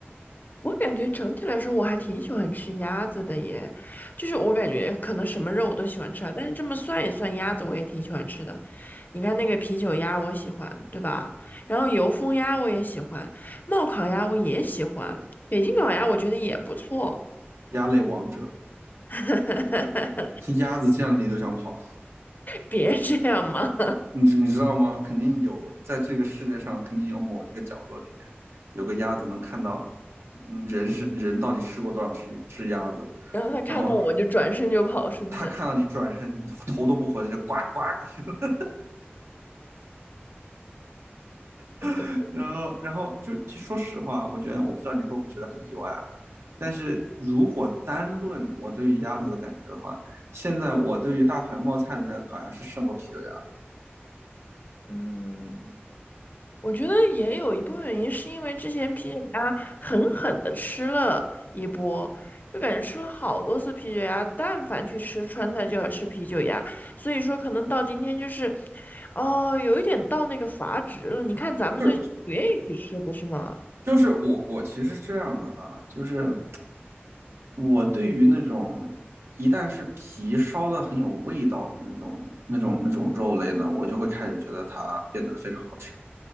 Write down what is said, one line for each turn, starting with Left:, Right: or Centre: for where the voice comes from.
Left: 我感觉整体来说，我还挺喜欢吃鸭子的耶，就是我感觉可能什么肉我都喜欢吃啊，但是这么算一算，鸭子我也挺喜欢吃的。你看那个啤酒鸭，我喜欢，对吧？然后油封鸭我也喜欢，冒烤鸭我也喜欢，北京烤鸭我觉得也不错。
Right: 鸭类王者，
Left: <laughs>
Right: <laughs> 鸭子见了你都想跑，
Left: 别这样嘛，
Right: 你知你知道吗？肯定有，在这个世界上肯定有某一个角落里面有个鸭子能看到，嗯，人是人到底吃过多少只只鸭子，
Left: <laughs> 然后他看到我就转身就跑，
Right: 然后
Left: 是不是？
Right: 他看到你转身头都不回的就呱呱，<laughs>
Left: 我狗
Right: <laughs> 然后，然后就其实说实话，我觉得我不知道你会不会觉得很意外啊。但是如果单论我对于鸭子的感觉的话，现在我对于大牌冒菜的那个烤鸭是胜过啤酒鸭。
Left: 嗯。我觉得也有一部分原因是因为之前啤酒鸭狠狠的吃了一波，就感觉吃了好多次啤酒鸭，但凡去吃川菜就要吃啤酒鸭，所以说可能到今天就是，哦，有一点到那个阀值了。你看咱们最近不愿意去吃，
Right: 就是
Left: 不是吗？
Right: 就是我我其实是这样的啊，就是我对于那种一旦是皮烧的很有味道的那种那种那种肉类呢，我就会开始觉得它变得非常好吃。